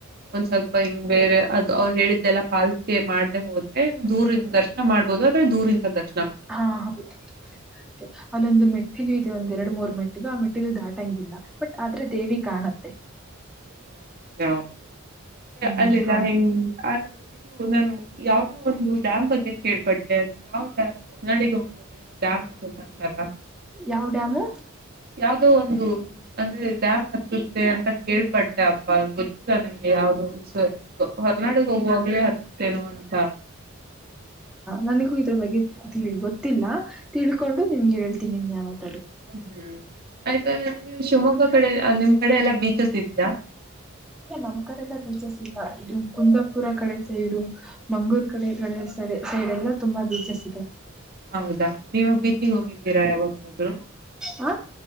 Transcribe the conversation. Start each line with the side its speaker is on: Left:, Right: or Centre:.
Right: ಒಂದ್ ಸ್ವಲ್ಪ ಹಿಂಗ್ ಬೇರೆ ಅವ್ರು ಹೇಳಿದ್ದೆಲ್ಲಾ ಪಾಲ್ಸಿಕೆ ಮಾಡದ್ದೇ ಹೋದ್ರೆ ದೂರಿಂದಾ ದರ್ಶನ ಮಾಡ್ಬೋದು ದೂರಿಂದ ದರ್ಶ
Centre: <unintelligible> ಮಿ ಇದೆ ಒಂದ್ ಎರಡು ಮೂರ್ ಮೆಟ್ಟಿಲುು ಆ ಮೆಟ್ಟಿಿದು ದಾಟಂಗಿಲ್ಲ ಬಟ್ ಆದ್ರೆ ದೇವಿ ಕಾಣತ್ತೆ
Right: ಯಾಕೆ
Centre: ಹ್ಮ್
Right: ಅಲ್ಲಿಲ್ಲ
Centre: ಹೌದು
Right: ಹಿಂಗ್ ಅದು ಇದು ನನ್ನ ಯಾವವುದೋ ಒಂದು ಡ್ಯಾಮ್ ಬಗ್ಗೆ ಕೇಳ್ಪಟ್ಟೆ ಅದು ಯಾವ್ ಡ್ಯಾಮ್ ಹೊರನಾಡಗೆ ಹೋಗುವಾಗ ಡ್ಯಾಮ್ ಹತ್ತುತ್ತಂತಲ್ಲ.
Centre: ಯಾವ ಡ್ಯಾಮು
Right: ಯಾವುದೋ ಒಂದು ಅಂದ್ರೆ ಡ್ಯಾಮ್ ಹತ್ತುತ್ತೆ ಅಂತ ಕೇಳ್ಪಟ್ಟೆ ಗೊತ್ತಿಲ್ಲ ನಂಗೆ ಯಾವ್ದು ಇದು ಹೊರ್ನಾಡಿಗೆ ಹೋಗುವಾಗ್ಲೇ ಹತ್ತುತ್ತೇನೋ ಅಂತ
Centre: ನನಗ ಬಗ್ಗೆ ಗೊತ್ತಿಲಾ ತಿಳ್ಕೊಂಡು ನಿಮ್ಗೆ ಹೇಳ್ತೀನಿ ನೀನ್ಯಾವತ್ತ
Right: ಹ್ಮ್ ಆಯತು ಅಲಿ ನಿಮ್ಮ ಶಿವಮೊಗ್ಗ ಕಡೆ ನಿಮ್ ಕಡೆ ಎಲ್ಲಾ ಬೀಚಸ್ ಇದ್ದವಾ
Centre: ಇಲ್ಲ ನಮ್ಮ್ ಕಡೆಲ್ಲ ಬೀಚಸ್ ಇಲ್ಲಾ ಇದು ಕುಂದ ಪುರ ಕಡೆ ಸೈಡು ಮಂಗಳೂರ್ ಕಡೆ ಸೈಡ್ ಎಲ್ಲ ತುಂಬಾ ಬೀಚಸ್ ಸಿಗ <unintelligible>
Right: ಹೌದಾ ನೀವು ಬೀಚಿಗೆ ಹೋಗಿದ್ದೀರಾ ಯಾವತ್ತಾದ್ರು
Centre: ಹಾ